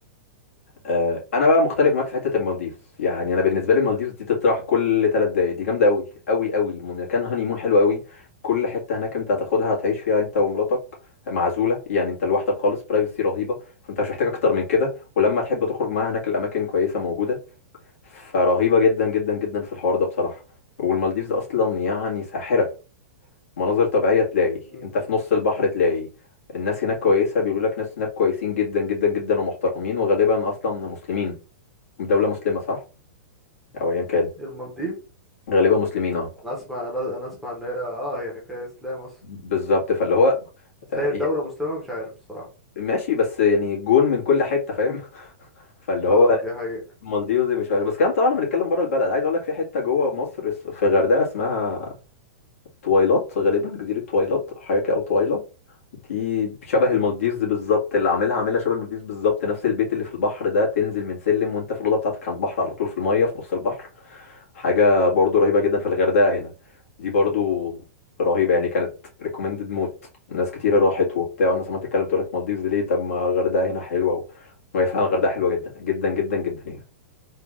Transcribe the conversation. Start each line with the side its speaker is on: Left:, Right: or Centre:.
Left: آه، انا بقى مختلف معاك في حته المالديف يعني انا بالنسبه لي المالديف دي تطرح كل ثلاث دقايق دي جامده قوي قوي قوي مكان هاني مون حلو قوي كل حته هناك انت هتاخدها هتعيش فيها انت ومراتك معزوله يعني انت لوحدك خالص برايفسي رهيبه فانت مش محتاج اكتر من كده ولما تحب
Centre: مم.
Left: تخرج معاها هناك الاماكن كويسه موجوده فرهيبه جدا جدا جدا في الحوار ده بصراحه والمالديفز اصلا يعني ساحره مناظر طبيعيه تلاقي
Centre: مم.
Left: انت في نص البحر تلاقي الناس هناك كويسه بيقولوا لك ناس هناك كويسين جدا جدا جدا ومحترمين وغالبا اصلا مسلمين دولة مسلمة صح؟ أو أيا كان
Centre: المالديف
Left: غالبا مسلمين اه
Centre: انا اسمع انا أنا اسمع ان هي اه يعني فيها اسلام اصلا
Left: بالظبط فاللي هو
Centre: بس
Left: آه،
Centre: هي الدوله
Left: يا-
Centre: مسلمه مش عارف الصراحه
Left: ماشي بس يعني جون من كل حتة فاهم؟ <laughs> فاللي هو
Centre: اه دي حقيقه
Left: مالديوزي مش عارف بس كان طبعا بنتكلم بره البلد عايز أقول لك في حتة جوه مصر اس- في غردقة اسمها تويلات غالبا جزيرة تويلات حاجة كده أو تويلا دي شبه
Centre: امم
Left: المالديفز بالظبط اللي عاملها عاملها شبه المالديفز بالظبط نفس البيت اللي في البحر ده تنزل من سلم وانت في الأوضة بتاعتك على البحر على طول في المية في نص البحر حاجة برضو رهيبة جدا في الغردقة هنا دي برضو رهيبة يعني كانت ريكومندد موت ناس كتيرة راحت وبتاع والناس عمالة تتكلم تقول لك مالديفز ليه طب ما الغردقة هنا حلوة و... وهي فعلا الغردقة حلوة جدا جدا جدا جدا هنا